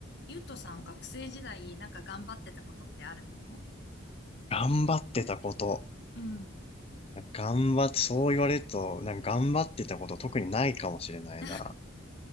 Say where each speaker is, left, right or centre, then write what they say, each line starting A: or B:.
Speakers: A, on the left (about 55°); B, on the left (about 30°).
A: ゆっとさん、学生時代、なんか頑張ってたことってあるの
B: 頑張ってたこと。
A: うん。
B: 頑張って、そう言われると、なんか頑張ってたこと特にないかもしれないな。
A: <laughs>
B: っ